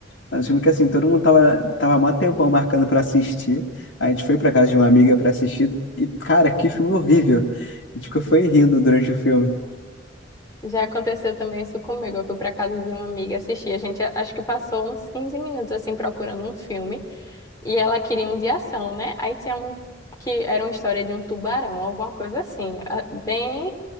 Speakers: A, on the left (about 80°); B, on the left (about 20°).
A: Mas o filme que assim, todo mundo tava, tava mó tempão marcando pra assistir. Aí a gente foi pra casa de uma amiga pra assistir. E, cara, que filme horrível. A gente ficou foi rindo durante o filme.
B: Já aconteceu também isso comigo. Eu fui para casa de uma amiga assistir. A gente a- acho que passou uns 15 minutos assim procurando um filme e ela queria um de ação, né? Aí tinha um que era uma história de um tubarão, alguma coisa assim, a- bem